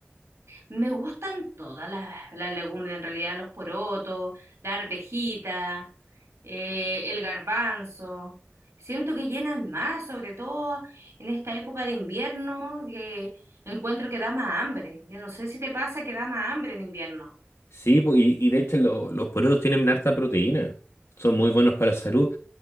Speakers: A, on the right; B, on the left.
A: Me gustan todas las, las legumbres, en realidad, los porotos, la arvejita, eh, el garbanzo. Siento que llenan más, sobre todo en esta época de invierno, que encuentro que da más hambre. Yo no sé si te pasa que da más hambre en invierno.
B: Sí, po- y, y de hecho lo- los porotos tienen harta proteína. Son muy buenos para la salud.